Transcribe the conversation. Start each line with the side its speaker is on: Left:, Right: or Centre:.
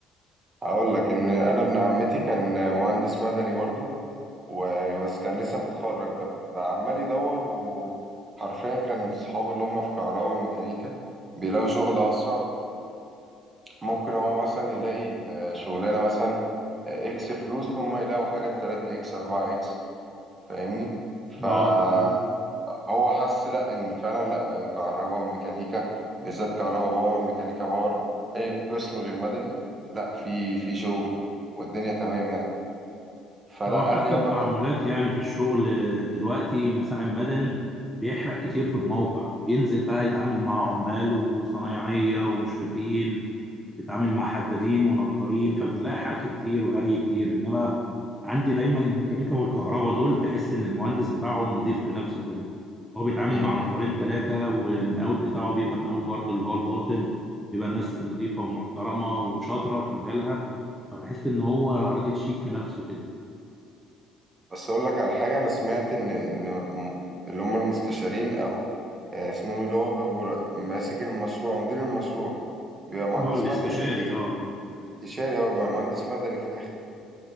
Right: هقول لك إن أنا ابن عمتي كان مهندس مدني برضو وبس كان لسه متخرج بقى فعمال يدور وحرفيا كان صحابه اللي هم في كهرباء وميكانيكا بيلاقوا شغل أسرع ممكن هو مثلا يلاقي آه، شغلانة مثلا آه، إكس فلوس هم يلاقوا حاجة بتلاتة إكس أربعة إكس فاهمني فهو
Centre: اه مظبوط
Right: حس لأ إن فعلا لأ كهرباء وميكانيكا بالذات كهرباء باور ميكانيكا باور أي قسم غير مدني لأ في في شغل والدنيا تمام يعني فلأ
Centre: اه حتى
Right: قال لي يلا
Centre: التعاملات يعني في الشغل دلوقتي مثلا المدني بيحرق كتير في الموقع بينزل بقى يتعامل مع عمال وصنايعية ومشرفين بيتعامل مع حدادين ونجارين فبتلاقي حرق كتير وهري كتير انما عندي دايما الميكانيكا والكهرباء دول تحس ان المهندس بتاعهم نظيف في نفسه كده هو بيتعامل
Right: بينا
Centre: مع نفرين ثلاثة والمقاول بتاعه بيبقى مقاول برضه اللي هو الباطن بيبقى ناس نظيفة ومحترمة وشاطرة في مجالها فبحس ان هو راجل شيك في نفسه كده
Right: بس اقول لك على حاجه انا سمعت ان ان م- اللي هم المستشارين او آه، اسمهم إيه، اللي هو بيبقوا ر- ماسك المشروع مدير المشروع بيبقى مهندس
Centre: اه الاستشاري
Right: مدني في الاخر
Centre: اه
Right: استشاري هو بيبقى مهندس مدني في الاخر